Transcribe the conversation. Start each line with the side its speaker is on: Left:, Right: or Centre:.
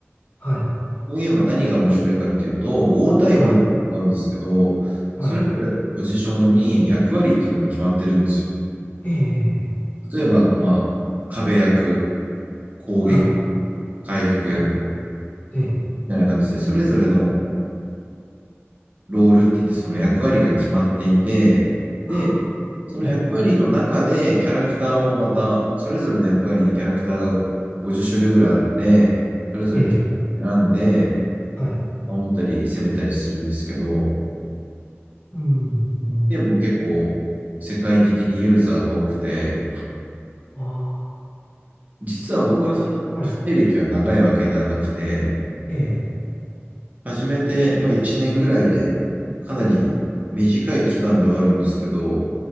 Left: はい。
Right: このゲームは何が面白いかっていうと、5対5で戦うんですけど、
Left: はい。はい。
Right: それぞれのポジションに役割っていうのが決まってるんですよ。
Left: ええ、
Right: 例えば、まあ、壁役、攻撃、
Left: はい。
Right: 回復役
Left: はいええ、
Right: みたいな感じで、それぞれのロールって言ってその役割が決まっていて、で、
Left: あ
Right: その役割の中でキャラクターをまた、
Left: はい。はい。
Right: それぞれの役割にキャラクターが50種類ぐらいあって、それぞれキャラ選んで、
Left: ええ、はい。
Right: 守ったり攻めたりするんですけど、
Left: うん。うん
Right: でも結構世界的にユーザーが多くて、
Left: ああ。
Right: 実は僕はそんなプレイ歴は長いわけではなくて、
Left: この、はい、ええ、
Right: 始めて、まあ、1年ぐらいでかなり短い期間ではあるんですけど、